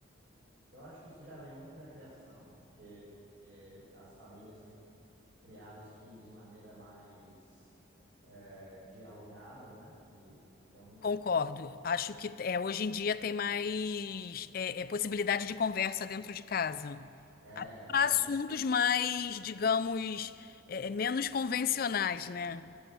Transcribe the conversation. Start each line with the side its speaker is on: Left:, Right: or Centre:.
Right: Eu acho que isso já vem muito da criação, porque eh, as famílias têm criado os filhos de maneira mais eh, dialogada, né? E, então,
Left: Concordo. Acho que é, hoje em dia tem mais é, é, possibilidade de conversa dentro de casa.
Right: é, então,
Left: Para assuntos mais, digamos, é, é, menos convencionais, né?